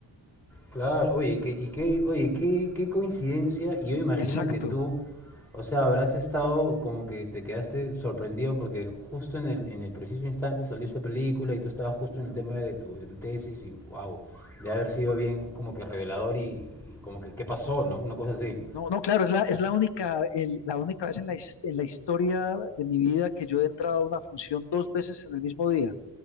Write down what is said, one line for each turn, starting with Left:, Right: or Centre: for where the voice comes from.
Centre: Claro, oye, qué, y qué, oye, qué, qué coincidencia, y yo imagino
Left: Exacto.
Centre: que tú, o sea, habrás estado como que te quedaste sorprendido porque justo en el, en el preciso instante salió esta película y tú estabas justo en el tema de tu, de tu tesis y wow, de haber sido bien como que revelador y, y como que qué pasó, ¿no? Una cosa así.
Left: No, no, claro, es la, es la única, el- la única vez en la, his- en la historia de mi vida que yo he entrado a una función dos veces en el mismo día.